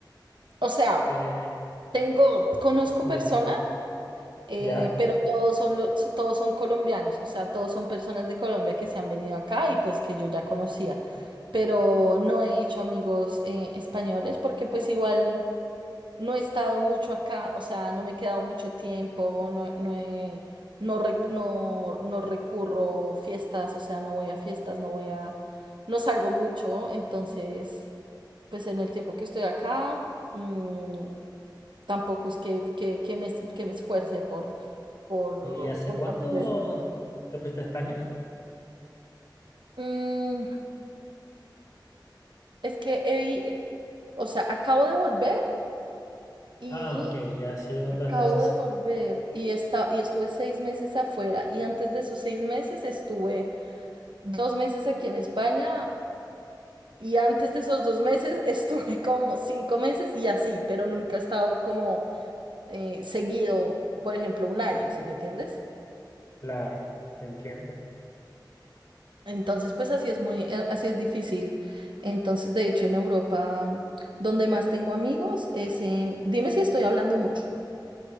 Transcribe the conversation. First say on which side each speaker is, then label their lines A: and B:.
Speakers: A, on the right; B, on the left.
A: O sea,
B: Eh,
A: tengo, conozco
B: dime,
A: personas. eh,
B: ¿ya?
A: pero todos son, lo- so- todos son colombianos, o sea, todos son personas de Colombia que se han venido acá y pues que yo ya conocía, pero no he hecho amigos eh, españoles porque pues igual no he estado mucho acá, o sea, no me he quedado mucho tiempo, no, no he- no, rec- no, no recurro fiestas, o sea, no voy a fiestas, no voy a, no salgo mucho, entonces, pues en el tiempo que estoy acá, mm, tampoco es que, que, que me, es- que me esfuerce por, por
B: ¿Y hace
A: conocer
B: cuánto
A: gente.
B: te fuiste a España?
A: Mm, es que, he eh, o sea, acabo de volver y
B: Ah, ok, ya has ido otras
A: acabo
B: veces.
A: de volver y, esta- y estuve seis meses afuera y antes de esos seis meses estuve dos meses aquí en España y antes de esos dos meses <laughs> estuve como cinco meses y así, pero nunca he estado como eh, seguido, por ejemplo, un año, ¿sí me entiendes?
B: Claro, entiendo.
A: Entonces, pues así es muy, eh, así es difícil. Entonces, de hecho, en Europa, mm, donde más tengo amigos es en, dime si estoy hablando mucho.